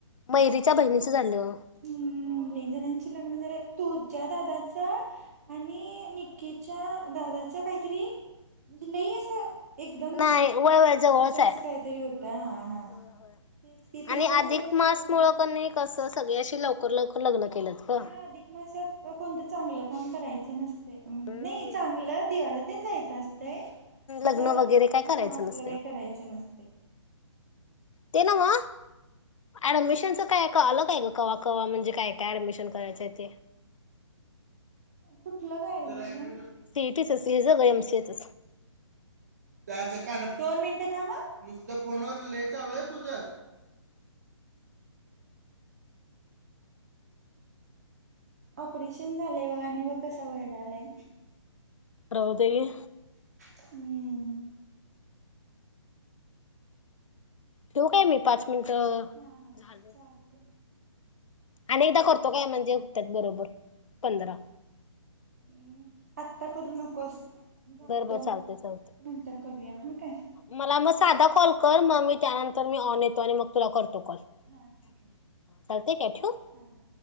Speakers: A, on the left; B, on the right.
A: मैरीच्या बहिणीच झालं.
B: हम्म, लयी जणांचे लग्न झाल्यात. तुझ्या दादांच्या आणि निककीच्या दादांच्या काहीतरी म्हणजे लई असं एकदम
A: नाही वय वय
B: एक
A: जवळच
B: जस
A: आहे.
B: अस काहीतरी होत हा हा
A: होय
B: तेच
A: होय.
B: कि ती
A: आणि
B: पण
A: अधिक
B: स्टेटस
A: मास
B: ठेवलती‌.
A: मुळ कणी कसं सगळी अशी लवकर लवकर लग्न केल्यात ग.
B: हा अधिक मासात कोणतं चांगलं काम करायचं त्यांन
A: हम्म
B: नाही चांगलं दिवाला तेन जायचं असं तय असं
A: लग्न वगैरे काय करायचं
B: हा असलं
A: नसतय.
B: काही करायचं नसतय.
A: ते नव अ ऍडमिशन काय का आलं काय ग कवा कवा म्हणजे काय काय ऍडमिशन करायचं ते?
B: कुठलं काय ऍडमिशन?
A: सी ई टी च सेज ग एम सी ए <unintelligible>
B: कायच कानात दोन मिनिटं थांबा. नुसतं फोनवर लय चालूय तुझ ऑपरेशन झालंय बघा आणि बघ कसा वर्डालाय.
A: राहुदे घे
B: हम्म
A: ठेवू काय मी पाच मिनट झायल
B: हा हा चालते.
A: आणि एकदा करतो काय म्हणजे होत्यात बरोबर पंधरा
B: हम्म आत्ता करू नकोस. जातो
A: बर बर चालते
B: नंतर
A: चालते.
B: करूया हा काय?
A: मला मग साधा कॉल कर, मग मी त्यानंतर
B: हा करतो
A: मी ऑन
B: करतो.
A: येतो आणि मग तुला करतो कॉल हा
B: हां ठीक आहे ठीक
A: चालतय का ठेऊ.
B: हां हां.